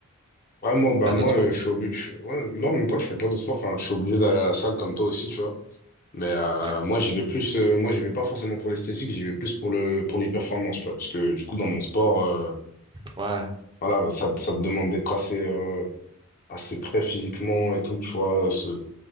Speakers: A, on the left (about 40°); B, on the right (about 20°).
A: Ouais, moi, bah,
B: un
A: moi,
B: autre sport.
A: euh, je suis obligé. je suis- ouais, non, même pas, je fais pas de sport. Enfin, je suis obligé d'aller à la salle comme toi aussi, tu vois. Mais euh,
B: Ouais.
A: moi, j'y vais plus. euh, moi, j'y vais pas forcément pour l'esthétique, j'y vais plus pour le, pour les performances, tu vois. Parce que du coup, dans mon sport, euh,
B: Ouais.
A: voilà, ça, te- ça te demande d'être assez, euh, assez très physiquement et tout, tu vois, ce...